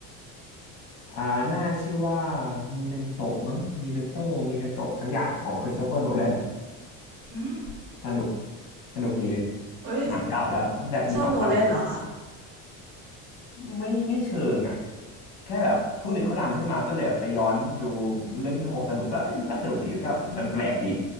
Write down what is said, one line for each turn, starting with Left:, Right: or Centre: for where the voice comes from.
Left: อ่าน่าชื่อว่ามีเมนโตมั้งมีเมนโตมีเมนโตสักอย่างของคริสโตเฟอร์โนแลน
Right: หืม
Left: สนุกสนุกดี
Right: เอ้ย
Left: หนังเก่าแล้วตั้งแต่ปีสองพันนะ
Right: ชอบโนแลนเหรอคะ
Left: ไม่ไม่เชิงอ่ะแค่แบบช่วงหนึ่งเขาดังขึ้นมาก็เลยไปย้อนดูเรื่องที่เขาบอกสนุกก็เอ้ยมันก็สนุกดีแล้วก็มันแปลกดี
Right: อืม